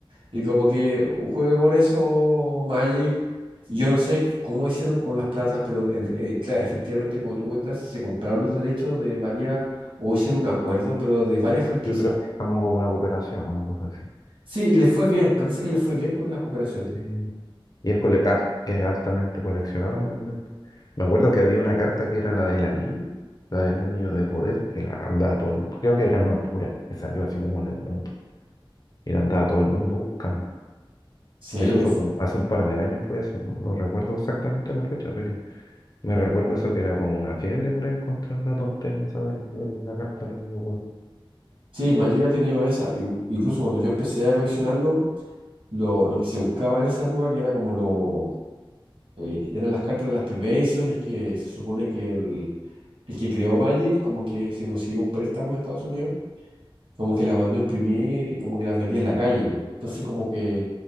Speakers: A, on the right; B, on the left.
A: y como que juega con eso Magic. Yo no sé cómo hicieron con las platas, pero en- eh, claro, efectivamente, como tú cuentas, se compraron los derechos de varias, o hicieron un acuerdo, pero de varias franquicias.
B: Yo creo que estamos como como una cooperación, una cosa así.
A: Sí, y les fue bien, parece que les fue bien con las cooperaciones.
B: Sí. Y es, cole- ar- es altamente coleccionable también. Me acuerdo que había una carta que era la del anillo, la del anillo de poder, que la andaba todo el mundo. Creo que era una pura que salió así como en el mundo. Y la andaba todo el mundo buscando.
A: Sí,
B: Eso fue
A: f-
B: como hace un par de años fue eso, no, no recuerdo exactamente la fecha, pero me recuerdo eso que era como una fiebre por encontrar la tontera esa de, de la carta del anillo
A: sí, Magic ha tenido esa. y- Incluso cuando yo empecé a coleccionarlo, lo, lo que se buscaba en esa época, que era como lo... eh, eran las cartas de las primeras ediciones que se supone que el, el que creó Magic como que se consiguió un préstamo en Estados Unidos como que la mandó a imprimir y como que las vendía en la calle. Entonces como que